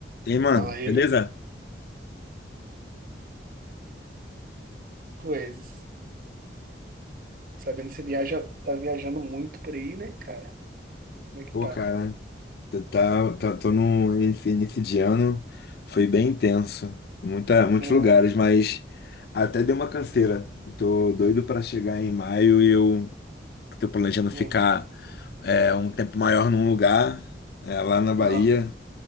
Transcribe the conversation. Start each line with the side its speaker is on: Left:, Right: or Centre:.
Left: E aí, mano,
Right: Fala aí,
Left: beleza?
Right: Brancos. Sabendo que você viaja, tá viajando muito por aí, né, cara? Como é que
Left: Pô,
Right: tá?
Left: cara, tá, tá, tá- tô no esse início de ano, foi bem intenso, muita, muitos
Right: Aham,
Left: lugares, mas até deu uma canseira. Tô doido pra chegar em maio e eu tô planejando ficar
Right: aham.
Left: é, um tempo maior num lugar, é, lá na Bahia.
Right: aham.